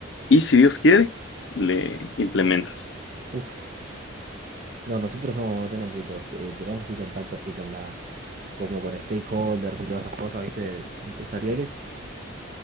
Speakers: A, on the left; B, on the right.
A: y si Dios quiere, le implementas.
B: Uf. No, nosotros no, no tenemos tutor. eh, tenemos sí contacto así con la, como con stakeholders y todas esas cosas, ¿viste? Empresariales.